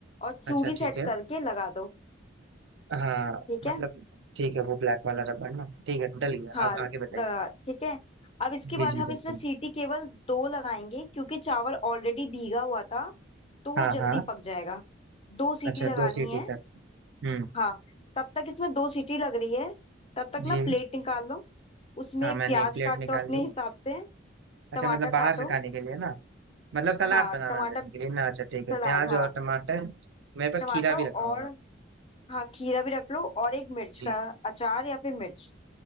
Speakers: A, on the left; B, on the right.
A: और
B: अच्छा
A: चूड़ी सेट
B: ठीक है
A: करके लगा दो
B: हाँ
A: ठीक
B: मतलब
A: है
B: ठीक है वो ब्लैक वाला रबड़ ना ठीक है डल गया
A: हाँ
B: अब
A: लगा
B: आगे बताइए
A: ठीक है अब इसके
B: जी
A: बाद
B: जी
A: हम
B: बिल्कुल
A: इसमें सीटी केवल दो लगाएंगे क्योंकि चावल ऑलरेडी भीगा हुआ था तो वो
B: हाँ
A: जल्दी
B: हाँ
A: पक जाएगा दो सीटी
B: अच्छा
A: लगानी
B: दो सीटी
A: है
B: तक हम्म
A: हाँ तब तक इसमें दो सीटी लग रही है तब तक
B: जी
A: ना प्लेट निकाल लो उसमें
B: हाँ मैंने
A: प्याज
B: एक प्लेट
A: काटो
B: निकाल
A: अपने
B: ली
A: हिसाब से
B: अच्छा
A: टमाटर
B: मतलब बाहर
A: काटो
B: से खाने के लिए ना मतलब सलाद
A: हाँ
B: बनाना
A: टमाटर
B: जैसे के लिए ना अच्छा ठीक है
A: सलाद
B: प्याज
A: हाँ
B: और टमाटर मेरे पास
A: टमाटर
B: खीरा भी
A: और
B: रखा हुआ है
A: हाँ खीरा भी रख लो और एक मिर्च
B: जी
A: का अचार या फिर मिर्च